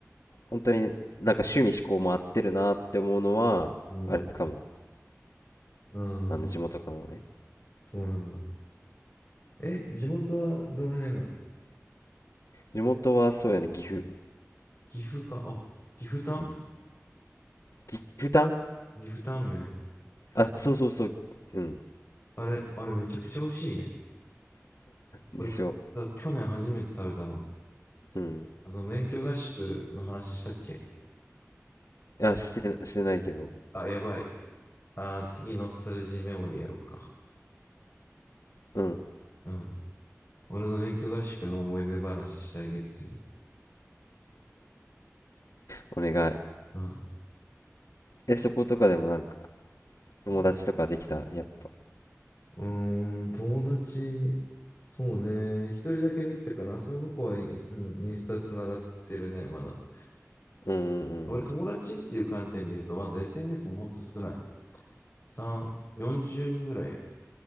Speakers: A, on the left; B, on the left.
A: 本当になんか趣味嗜好も合ってるなって思うのは、
B: うん。
A: あれかも。
B: うん。
A: あの地元からもね
B: うんそうなんだ。え、地元はどの辺なの
A: 地元はそうやね岐阜、
B: 岐阜か。あ、岐阜タン
A: うん、岐阜タン
B: 岐阜タンメン
A: あそうそうそううん
B: 好き。あれ、あれめちゃくちゃ美味しいね。
A: でしょ
B: これさ、去年初めて食べたの。
A: うん
B: あの、免許合宿の話したっけ
A: いやしてなしてないけど
B: あ、やばい。あー、次、ノスタルジーメモリーやろうか。
A: うん
B: うん。俺の免許合宿の思い出話してあげる、次。
A: お願い
B: うん。
A: えそことかでもなんか
B: うん、
A: 友達とかできたやっぱ
B: うーん友達、そうね。一人だけできたかな。その子はイン、うん、インスタつながってるね、まだ。
A: うんう
B: 俺、友達っていう観点で言うと、
A: ん
B: まず SNS もほんと少ない。3、40人ぐらいよ。